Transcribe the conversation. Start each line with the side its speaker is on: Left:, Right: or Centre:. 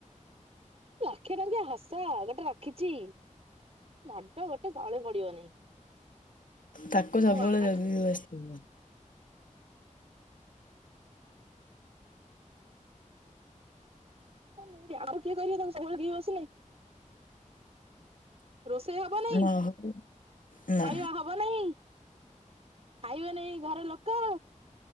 Right: ଲକ୍ଷେ ଟଙ୍କିଆ ହସ ଗୋଟେ ରଖିଛି, ମାଡ ଗୋଟେ ତଳେ ପଡିବନି।
Left: ତାକୁ ସବୁବେଳେ
Right: ମୋ ବାପା
Left: ଜଗିକି
Right: ଆଉ
Left: ବସିଥିବୁ।
Right: ଆଉ କାମ କିଏ କରିବ ତାକୁ ସବୁବେଳେ ଜଗିକି ବସିଲେ? ରୋଷେଇ ହବ ନାଇଁ?
Left: ନ ହଉ ନା
Right: ଖାଇବା ହବ ନାଇଁ, ଖାଇବେ ନାଇଁ ଘରେ ଲୋକ?